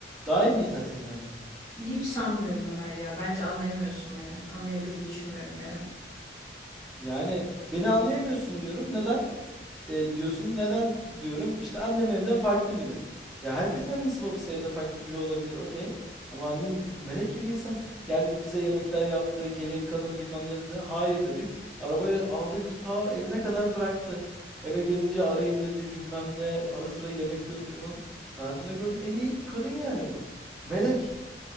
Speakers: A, in the centre; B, on the left (about 15°).
A: Daha iyi bir insan senin annen.
B: Hiç sanmıyorum Ömer ya. Bence anlayamıyorsun beni. Anlayabildiğini düşünmüyorum beni.
A: Yani beni anlayamıyorsun diyorum. Neden? E, diyorsun neden diyorum işte annem evde farklı biri. Ya herkesin annesi babası evde farklı biri olabilir okey. Ama annen melek gibi insan geldik bize yemekler yaptı gelin kalın bilmem ne dedi. Hayır dedik. Arabayla aldı bizi ta evine kadar bıraktı. Eve gelince arayın dedi bilmem ne ara sıra yemek gönderiyor falan. Hayatımda gördüğüm en iyi kadın yani bu. Melek.